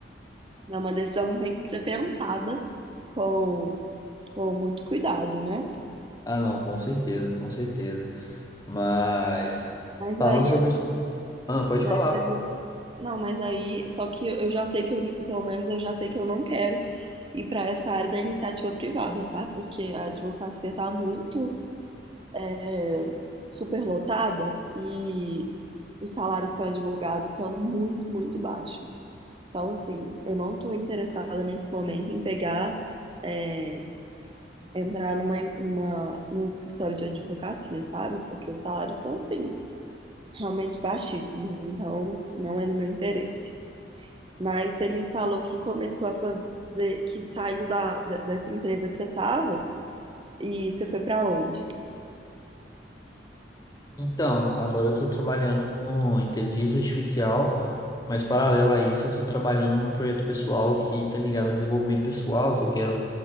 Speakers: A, on the right (about 30°); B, on the left (about 20°).
A: é uma decisão que tem que ser pensada com, com muito cuidado, né?
B: Ah, não, com certeza, com certeza. Mas,
A: Mas
B: falando
A: aí,
B: sobre.
A: é-
B: isso- Ah, pode
A: mas
B: falar.
A: aí, não, mas aí, só que eu já sei que eu, pelo menos eu já sei que eu não quero e para essa área da iniciativa privada, sabe? Porque a advocacia está muito é, superlotada e os salários para advogado estão muito, muito baixos. Então, assim, eu não estou interessada nesse momento em pegar, é, entrar numa, numa, num escritório de advocacia, sabe? Porque os salários estão, assim, realmente baixíssimos. Então, não é do meu interesse. Mas você me falou que começou a fazer, que saiu da- dessa empresa que você estava. E você foi pra onde?
B: Então, agora eu estou trabalhando com inteligência artificial, mas paralelo a isso, eu estou trabalhando num projeto pessoal que está ligado a desenvolvimento pessoal, que eu quero